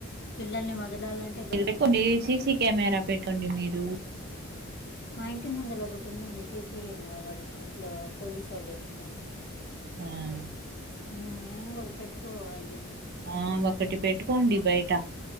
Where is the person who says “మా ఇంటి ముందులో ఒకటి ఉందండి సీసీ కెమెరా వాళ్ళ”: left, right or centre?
Left